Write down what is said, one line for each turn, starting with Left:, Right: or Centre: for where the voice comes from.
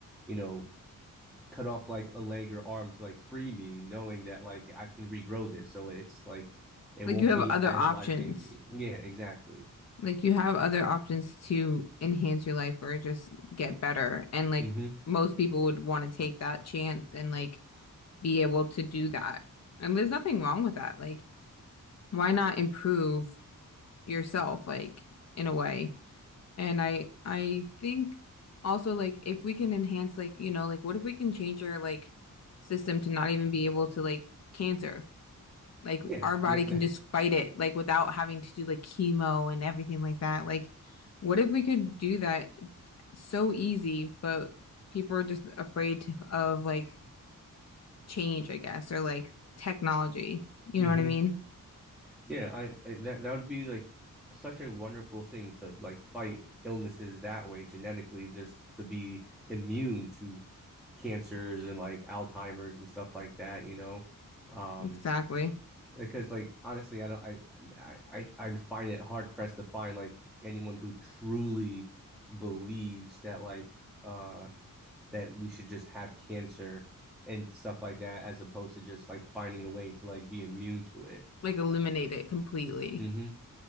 Centre: you know, cut off like a leg or arm to like free me, knowing that like I can regrow this. So it's like it
Left: Like
Centre: won't
Left: you have
Centre: be
Left: other
Centre: as
Left: options.
Centre: life changing. Yeah, exactly.
Left: Like you have other options to enhance your life or just get better. And like
Centre: hmm
Left: most people would want to take that chance and like be able to do that. And there's nothing wrong with that. Like why not improve yourself like in a way? And I I think also like if we can enhance like, you know, like what if we can change our like system to not even be able to like cancer? Like
Centre: Yeah.
Left: our body
Centre: <laughs>
Left: can just fight it, like without having to do like chemo and everything like that. Like, what if we could do that so easy, but people are just afraid to, of like change, I guess, or like technology. You
Centre: hmm
Left: know what I mean?
Centre: Yeah, I, I that that would be like such a wonderful thing to like fight illnesses that way genetically, just to be immune to cancers and like Alzheimer's and stuff like that, you know? Um,
Left: Exactly.
Centre: because like honestly, I don't I I I I'd find it hard pressed to find like anyone who truly believes that like uh that we should just have cancer and stuff like that as opposed to just like finding a way to like be immune to it.
Left: Like eliminate it completely.
Centre: Mm-hmm.